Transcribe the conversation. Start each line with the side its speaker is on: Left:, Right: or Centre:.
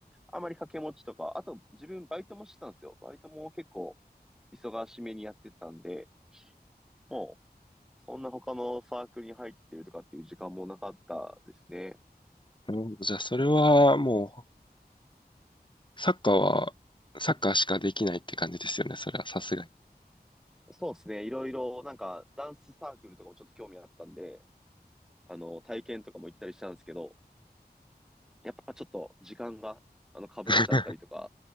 Centre: あまり掛け持ちとか、あと自分バイトもしてたんですよ。バイトも結構忙しめにやってたんで、もうそんな他のサークルに入ってるとかっていう時間もなかったですね。
Left: るほど。じゃあそれはもう、サッカーは、サッカーしかできないって感じですよね。それはさすがに。
Centre: そうですね。いろいろ、なんか、ダンスサークルとかもちょっと興味あったんで、あの、体験とかも行ったりしたんですけど、やっぱちょっと時間が、あの、被っちゃったりとか
Left: <laughs>